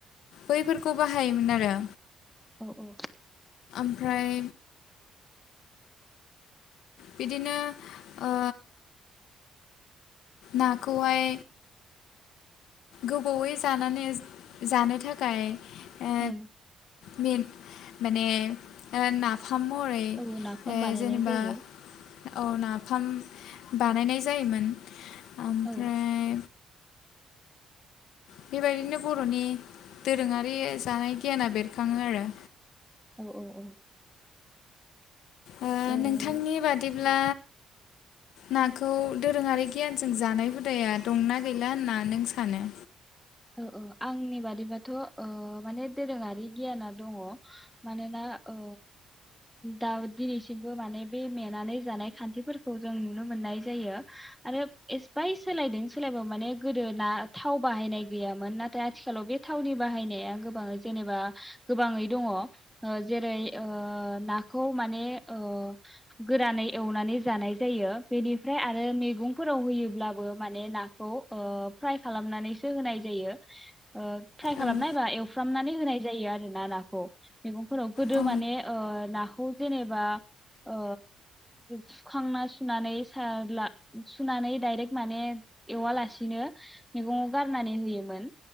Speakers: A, on the left (about 80°); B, in the centre.
A: बैफोरखौ बाहायोमोन आरो
B: औ औ
A: ओमफ्राय बिदिनो ओ नाखौहाय गोबावै जानानै जानो थाखाय ओ
B: उम
A: मेन माने ओ ना खामरै
B: औ नाफाम
A: ए
B: बानायनाय
A: जेनेबा
B: जायो
A: औ नाफाम बानायनाय जायोमोन ओमफ्राय
B: औ
A: बेबायदिनो बर'नि दोरोङारि जानाय गियाना बेरखाङो आरो
B: औ औ औ
A: आ
B: ओ
A: नोंथांनि बादिब्ला नाखौ दोरोङारि गियानजों जानाय हुदाया दंना गैला होनना नों सानो
B: औ औ आंनि बादिबाथ' ओ माने दोरोङारि गियाना दङ मानोना ओ दा दिनैसिमबो माने बे मेनानै जानाय खान्थिफोरखौ जों नुनो मोननाय जायो आरो एसबाइ सोलायदों सोलायबाबो माने गोदो ना थाव बाहायनाय गैयामोन नाथाय आथिखालाव बे थावनि बाहायनायाबां जेनेबा गोबाङै दङ ओ जेरै ओ नाखौ माने ओ गोरानै एवनानै जानाय जायो बेनिफ्राय आरो मैगंफोराव होयोब्लाबो माने नाखौ ओ फ्राय खालामनानैसो होनाय ज यो ओ ट्राइ खालामनायबा
A: ओं
B: एवफ फ्रामनानै होनाय जायो आरो ना नाखौ मैगंफोराव गोदो
A: औ
B: माने ओ नाखौ जेनेबा ओ सुखांना सुनानै साला सुनानै डाइरेक्ट माने एवालासिनो मैगङाव गारनानै होयो मोन